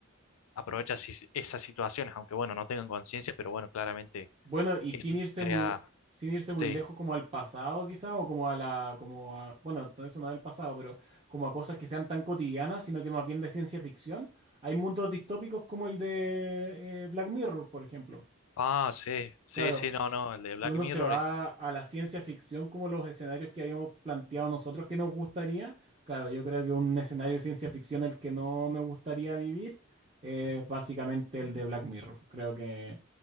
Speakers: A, on the left; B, on the right.
A: aprovecha si- esas situaciones, aunque bueno, no tengan conciencia, pero bueno, claramente
B: Bueno, y sin
A: eso
B: irse
A: crea...
B: muy, sin irse muy
A: Sí.
B: lejos como al pasado, quizá, o como a la, como a, bueno, t- eso no es del pasado, pero como a cosas que sean tan cotidianas, sino que más bien de ciencia ficción. Hay mundos distópicos como el de eh, Black Mirror, por ejemplo.
A: Ah, sí, sí,
B: Claro,
A: sí, no, no, el de Black
B: si uno
A: Mirror
B: se va
A: es...
B: a la ciencia ficción como los escenarios que habíamos planteado nosotros que nos gustaría, claro, yo creo que un escenario de ciencia ficción el que no me gustaría vivir es básicamente el de Black Mirror. Creo que,